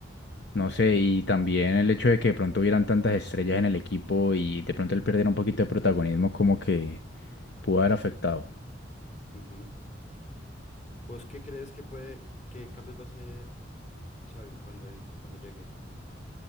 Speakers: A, on the left; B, on the left.
A: No sé, y también el hecho de que de pronto hubieran tantas estrellas en el equipo y de pronto él perdiera un poquito de protagonismo como que pudo haber afectado.
B: Ujú. ¿Vos qué crees que puede, qué cambios va a hacer Xavi cuando, en- cuando llegue?